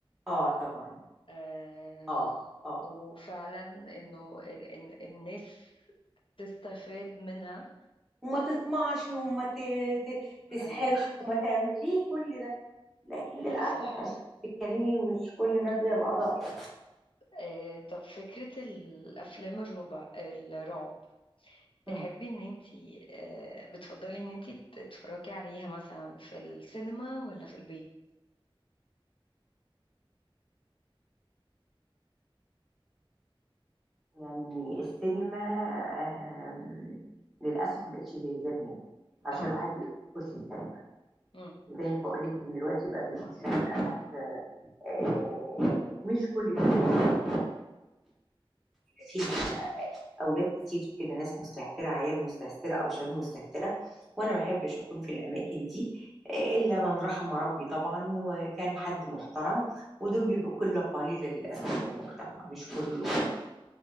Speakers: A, in the centre; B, on the left.
A: اه طبعا
B: آم،
A: اه اه
B: وفعلا انه ال- ال- الناس تستفاد منها
A: وما تطمعش وما ت... ت... تسحرش
B: ايوه
A: وما تعمل ليه كل ده لكن للاسف
B: صح
A: يعني بتتكلمي مش كل الناس زي بعضها يعني
B: آه، طب فكرة الافلام الربع الرعب تحبي
A: مم.
B: ان انتي آه، بتفضلي ان انتي تتفرجي عليها مثلا في السينما ولا في البيت
A: يعني السينما آم، للاسف ما بقتش زي زمان عشان
B: اه
A: الواحد بيخش السينما
B: مم.
A: زي ما بقول لك ان دلوقتي بقى بيخش للاسف آه، مش كل الناس فيها اولاد كتير كده ناس مستهتره عيال مستهتره او شباب مستهتره وانا ما احبش اكون في الاماكن دي آه، الا من رحم ربي طبعا وكان حد محترم ودول بيبقوا قله قليله للاسف في المجتمع مش كله